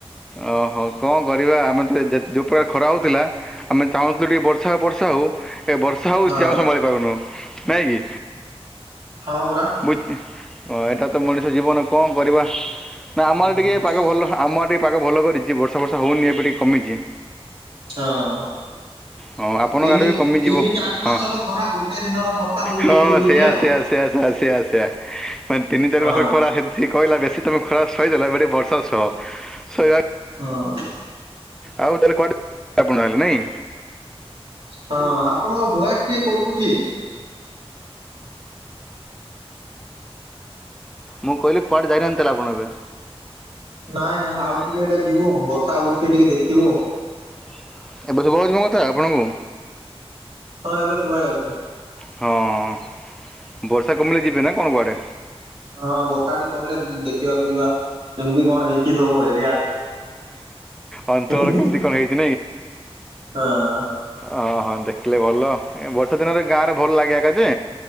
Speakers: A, in the centre; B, on the right (about 50°).
A: ଓହୋ କଣ କରିବା ଆମେ ତ ଯେତେ ଯୋଉ ପ୍ରକାର ଖରା ହଉଥିଲା। ଆମେ ଚାହୁଁଥିଲୁ ଟିକେ ବର୍ଷା ହଉ ବର୍ଷା ହଉ ଏ ବର୍ଷା ହଉଚି
B: ହଁ
A: ଆମେ ସମ୍ଭାଳି ପାରୁନୁ ନାଇଁ କି?
B: ହଁ ପରା।
A: ବୁଝ୍ ଅ-ଏଟା ତ ମଣିଷ ଜୀବନ କଣ କରିବା। ନା
B: ପରା।
A: ଆମ ଆଡ଼େ ଟିକେ ପାଗ ଭଲ। ଆମ ଆଡେ ଟିକେ ପାଗ ଭଲ କରିଚି ବର୍ଷା ଫର୍ଷା ହଉନି ଏବେ ଟିକେ କମିଚି।
B: ହଁ।
A: ହଁ ଆପଣଙ୍କ
B: ତିନି-
A: ଆଡ଼େ ବି କମିଯିବ
B: ତିନି ଚାରି ମାସର
A: ହଁ
B: ଖରା ଗୋଟେ ଦିନର ବର୍ଷା ସବୁ
A: ହଁ
B: ଇଏ କରିଦଉଚି
A: ସେୟା
B: ଆଉ।
A: ସେୟା ସେୟା ସେୟା ସେୟା ସେୟା ମାନେ ତିନି ଚାରି
B: ହଁ
A: ମାସରେ ଖରା ସେ କଇଲା ବେଶି ତମେ ଖରା ସଇଦଲ ଏବେ ଟିକେ ବର୍ଷା ସହ ଶୋଇବା
B: ହଁ।
A: ଆଉ ତାହେଲେ କୁଆଡ଼େ <unintelligible> ନାଇଁ?
B: ହଁ ଆପଣଙ୍କ ଭଏସ୍ ଟିକେ କଟୁଚି।
A: ମୁଁ କହିଲି କୁଆଡେ ଯାଇ ନାହାନ୍ତି ତାହେଲେ ଆପଣ ଏବେ?
B: ନାଇଁ ଆଉ
A: ନାଇଁ
B: ଟିକେ
A: ନାଇଁ
B: ହେଲେ
A: <unintelligible>
B: ଯିବୁ ବର୍ଷା ବୁର୍ଷି ଟିକେ ଦେଖିବୁ
A: ଏବେ ଶୁଭୁଚି ମୋ କଥା ଆପଣଙ୍କୁ?
B: ହଁ ଏବେ ଶୁଭା ଯାଉଚି।
A: ହଁ ବର୍ଷା କମିଲେ ଯିବେ ନା କଣ କୁଆଡ଼େ?
B: ହଁ ବର୍ଷା ଟିକେ କମିଲେ ଯି-ଦେଖିବାକୁ ଯିବା। କେମିତି କଣ ହେଇଚି ସବୁ ଏରିଆ
A: ଅଞ୍ଚଳ
B: ହୁଁ ହୁଁ
A: କେମିତି
B: ହୁଁ।
A: କ'ଣ ହେଇଛି
B: ହାଁ।
A: ଓହୋ ଦେଖିଲେ ଭଲ ଏ ବର୍ଷା ଦିନରେ ଗାଁରେ ଭଲ ଲାଗେ ଏକା ଯେ